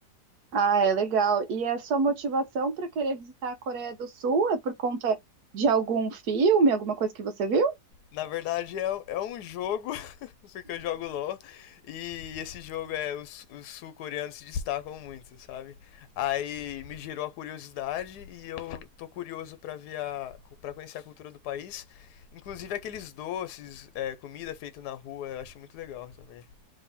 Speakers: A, on the right; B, on the left.
A: Ah, é legal. E a sua motivação para querer visitar a Coreia do Sul é por conta de algum filme, alguma coisa que você viu?
B: Na verdade, é, é um jogo, <laughs> porque eu jogo LoL, e esse jogo é os, os sul-coreanos se destacam muito, sabe? Aí me gerou a curiosidade e eu tô curioso pra ver a, para conhecer a cultura do país. Inclusive aqueles doces, é, comida feita na rua, eu acho muito legal também.